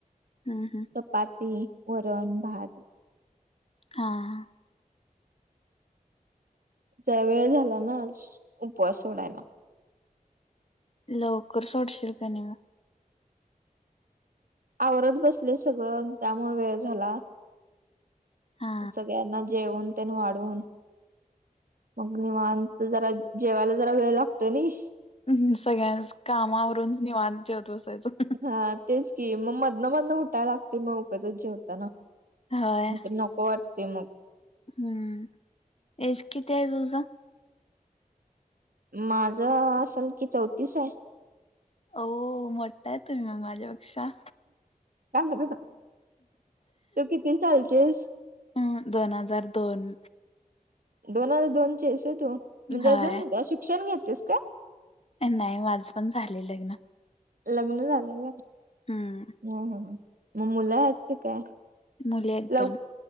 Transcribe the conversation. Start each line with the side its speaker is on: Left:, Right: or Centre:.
Left: हम्म हम्म.
Right: चपाती, वरण, भात,
Left: हां.
Right: जरा वेळ झाला ना आज, उपवास सोडायला.
Left: लवकर सोडशिल का नाय मग.
Right: आवरत बसले सगळं त्यामुळं वेळ झाला.
Left: हा
Right: सगळ्यांना जेवन त्यन वाढून मग निवांत जरा, जेवायला जरा वेळ लागतो नाई.
Left: हम्म, सगळ्यांच कामं आवरून निवांत जेवत बसायचं.
Right: हा तेच की, मग मधनं मधनं उठाय लागतय मग उगचच जेवताना.
Left: होय
Right: म ते नको वाटतय मग.
Left: हम्म,, एज किती आहे तुझं?
Right: माझं, असल कि चौतीस हाय.
Left: ओ मोट्टय तुम्ही मग माझ्यापेक्षा.
Right: का गं, तू किती सालचीयेस?
Left: अं, दोन हजार दोन.
Right: दोन हजार दोन ची आहेस व्हय तू म्हणजे
Left: होय
Right: अजून शिक्षण घेतेयस का?
Left: नाही माझं पण झालय लग्न.
Right: लग्न झालंय व्हय.
Left: हम्म
Right: ह ह म् मुलं आहेत की काय?
Left: मुली आहेत
Right: लव
Left: दोन